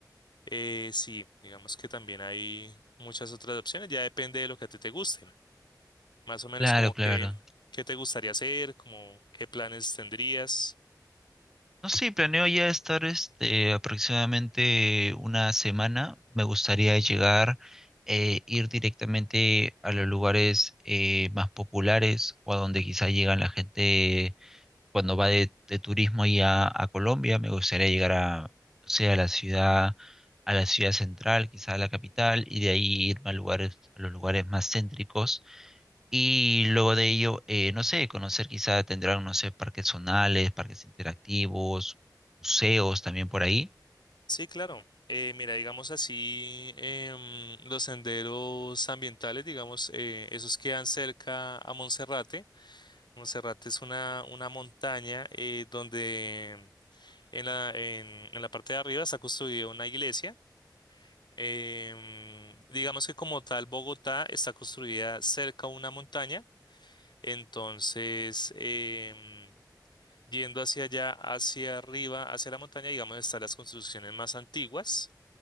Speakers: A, on the left (about 85°); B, in the centre.
A: eh, sí, digamos que también hay muchas otras opciones, ya depende de lo que a ti te guste. Más o menos
B: Claro,
A: como
B: claro.
A: que, qué te gustaría hacer, como qué planes tendrías.
B: No sé, planeo ya estar este, aproximadamente una semana. Me gustaría llegar, eh, ir directamente a los lugares eh, más populares o a donde quizá llegan la gente cuando va de, de turismo y a, a Colombia. Me gustaría llegar a, no sé, a la ciudad, a la ciudad central, quizá a la capital, y de ahí irme a lugares, a los lugares más céntricos y luego de ello, eh, no sé, conocer quizá tendrán, no sé, parques zonales, parques interactivos, museos también por ahí.
A: Sí, claro. Eh, mira, digamos así, em, los senderos ambientales, digamos, eh, esos quedan cerca a Monserrate. Monserrate es una, una montaña eh, donde en la, en, en la parte de arriba está construida una iglesia. Em, digamos que como tal, Bogotá está construida cerca a una montaña. Entonces, em, Yendo hacia allá, hacia arriba, hacia la montaña, digamos, están las construcciones más antiguas.